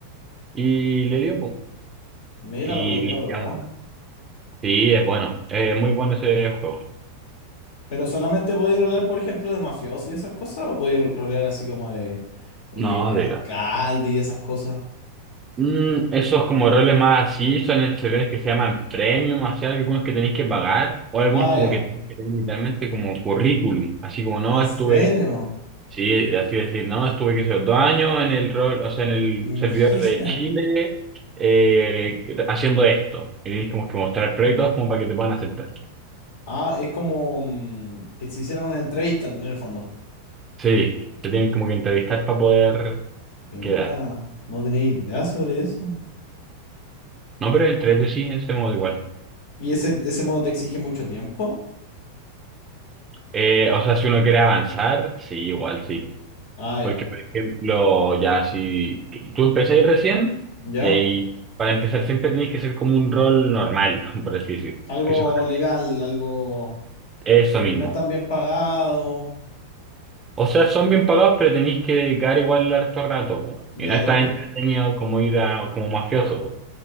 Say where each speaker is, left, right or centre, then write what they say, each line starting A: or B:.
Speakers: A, on the right; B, on the left.
A: Y le dio, po.
B: Mira,
A: Y
B: lo podría
A: viciamos.
B: probar.
A: Sí, es bueno. Es muy bueno ese juego.
B: ¿Pero solamente podías rolear, por ejemplo, de mafioso y esas cosas? ¿O podías ro- rolear así como de eh,
A: No, de
B: alcalde
A: la.
B: y esas cosas?
A: Mm, esos como roles más así son en servidores que se llaman premium, así hay algunos que tenéis que pagar, o algunos
B: Ah,
A: como
B: ya.
A: que tenéis que tener literalmente como currículum, así como no,
B: ¿En
A: estuve
B: serio?
A: Sí, así decir, no, estuve que sé, dos años en el rol, o sea, en el
B: <laughs>
A: servidor de
B: Mira.
A: Chile eh, haciendo esto. Y tienes como que mostrar proyectos como para que te puedan aceptar.
B: Ah, es como mm, que se hicieron una entrevista en el fondo.
A: Sí, te tienen como que entrevistar para poder
B: Mira,
A: quedar.
B: no tenía idea sobre eso.
A: No, pero entre sí, ese modo igual.
B: ¿Y ese, ese modo te exige mucho tiempo?
A: Eh, o sea, si uno quiere avanzar, sí, igual sí.
B: Ah, ya.
A: Porque, por ejemplo, ya si tú empezáis recién,
B: ¿Ya?
A: y ahí para empezar siempre tenéis que ser como un rol normal, <laughs> por así decir.
B: Algo
A: Que se ojalá-
B: legal, algo,
A: Eso
B: algo
A: mismo.
B: que no es tan bien pagado.
A: O sea, son bien pagados, pero tenéis que dedicar igual harto rato, po.
B: Ya,
A: Y no es
B: tenéis
A: tan
B: que...
A: entretenido como ir a, como mafioso, po.